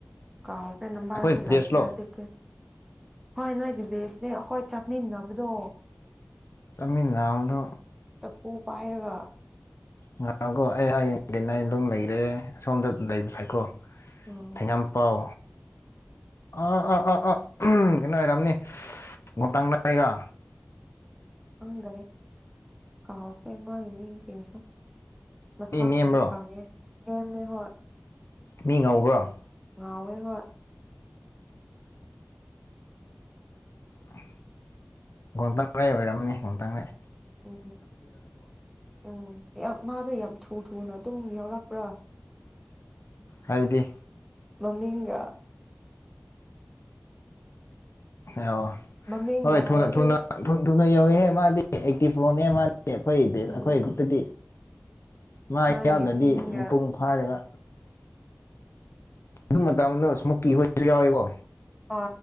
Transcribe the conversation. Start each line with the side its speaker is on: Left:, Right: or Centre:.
Centre: ꯀꯥꯣ ꯐ ꯅꯝꯕꯔꯁꯨꯨꯂ
Left: ꯑꯩꯈꯣꯏ ꯕꯦꯁꯂꯣ
Centre: ꯏꯇꯔꯦ ꯁꯤꯀꯦ ꯍꯣꯏ ꯅꯣꯏꯒꯤ ꯕꯦꯁꯅꯦ ꯍꯈꯣꯏ ꯆꯥꯃꯤꯟꯅꯕꯗꯣ
Left: ꯃꯤ ꯅꯎꯅ
Centre: ꯇ ꯐꯨ ꯄꯑꯒ
Left: ꯉꯥꯏꯍꯥꯛꯀꯣ ꯑꯩ ꯍꯌꯦꯡ ꯀꯩꯅ ꯑꯗꯨꯝ ꯂꯩꯔꯦ ꯁꯣꯝꯗ ꯂꯩꯕ ꯁ ꯍꯥꯏꯀ꯭ꯔꯣ
Centre: ꯎꯝ
Left: ꯊꯦꯉꯝ ꯄꯥꯎ ꯑ ꯑꯥ ꯑꯥ ꯑꯥ ꯀꯩꯅꯣ ꯑꯣꯏꯔꯝꯅꯤ ꯇꯥꯡꯗꯏꯔꯣ
Centre: ꯑꯉꯅꯦꯦ ꯀꯥꯎ ꯐꯦꯃ ꯏꯅꯤ ꯀꯁ ꯃꯊꯄꯨꯗꯤ
Left: ꯃꯤ ꯅꯦꯝꯕ꯭ꯔꯣ
Centre: ꯈꯪꯉꯦ ꯅꯅꯦ ꯍꯣꯏ
Left: ꯃꯤ ꯉꯧꯕ꯭ꯔꯥ
Centre: ꯥꯎꯋꯦ ꯍ
Left: ꯍ ꯒꯣꯝꯇꯪꯔꯩ ꯑꯣꯏꯔꯝꯅꯤ ꯒꯝꯇꯪꯈꯩ
Centre: ꯎꯝ ꯎꯝ ꯌꯥꯝ ꯃꯥꯗ ꯌꯥꯝ ꯊꯨ ꯊꯨꯅ ꯇꯨꯡ ꯌꯥꯎꯔꯛꯄ꯭ꯔꯥ
Left: ꯍꯥꯏꯕꯗꯤ
Centre: ꯃꯃꯤꯒ
Left: ꯑꯣ
Centre: ꯃꯃꯤꯡꯒ
Left: ꯍꯣꯏ ꯊꯅ
Centre: ꯍꯥꯏꯔꯗꯤ
Left: ꯊꯨꯅ ꯊꯨꯅ ꯌꯧꯋꯦꯍꯦ ꯃꯥꯗꯤ ꯑꯦꯛꯇꯤ ꯐ꯭ꯔꯣꯟꯅꯦ ꯃꯥꯗꯤ ꯑꯩꯈꯣꯏ ꯕꯦꯁ
Centre: ꯎꯝ
Left: ꯑꯩꯈꯣꯏ ꯒ꯭ꯔꯨꯞꯇꯗꯤ ꯃꯥꯌꯥꯝꯗ꯭ꯔꯗꯤ
Centre: ꯃꯥꯒꯤ ꯃꯤꯡꯒ
Left: ꯃꯄꯨꯡ ꯐꯥꯔꯒ ꯑꯗꯨ ꯃꯇꯝꯗꯣ ꯏꯁꯃꯨꯛꯀꯤ ꯍꯣꯏꯁꯨ ꯌꯥꯎꯋꯦꯀꯣ
Centre: ꯑ